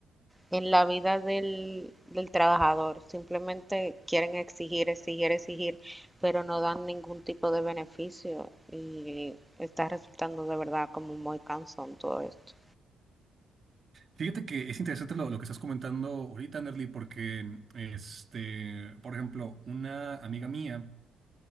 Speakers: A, in the centre; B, on the right (about 40°).
A: en la vida del, del trabajador, simplemente quieren exigir, exigir, exigir, pero no dan ningún tipo de beneficio y está resultando de verdad como muy cansón todo esto.
B: Fíjate que es interesante lo, lo que estás comentando ahorita, Nerly, porque, este, por ejemplo, una amiga mía